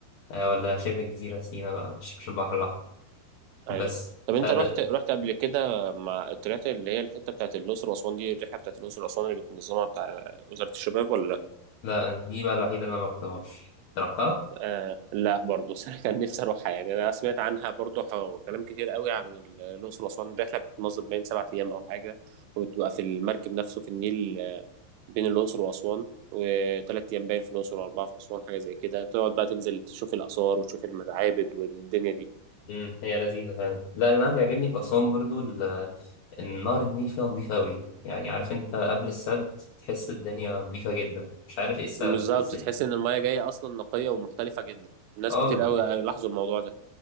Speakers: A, on the left; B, on the right.
A: آه ولا شبه الجزيرة سينا بقى مش مش البحر الأحمر
B: ايوه
A: بس
B: طب
A: فده
B: انت رحت رحت قبل كده مع طلعت اللي هي الحته بتاعت الاقصر واسوان دي الرحله بتاعت الاقصر واسوان اللي بتنظمها بتاع وزاره الشباب ولا
A: لا دي بقى الوحيدة اللي أنا مرحتهاش رحتها؟
B: آه لا برضه بس انا كان نفسي اروحها يعني انا سمعت عنها برضه ح- كلام كتير قوي عن ال- الاقصر واسوان الرحله بتتنظم بين سبعة ايام او حاجه وبتبقى في المركب نفسه في النيل آه، بين الاقصر واسوان وثلاث ايام باين في الاقصر واربعه في اسوان حاجه زي كده تقعد بقى تنزل تشوف الاثار وتشوف المعابد والدنيا دي
A: امم هي لذيذة فعلا لا اللي أنا بيعجبني في أسوان برضو ال- النهر النيل فيها نظيفة أوي يعني عارف أنت قبل السد تحس الدنيا نظيفة جدا مش عارف إيه السبب
B: بالظبط
A: إزاي
B: تحس ان المايه جايه اصلا نقيه ومختلفه جدا الناس
A: أه
B: كتير قوي آه، لاحظوا الموضوع ده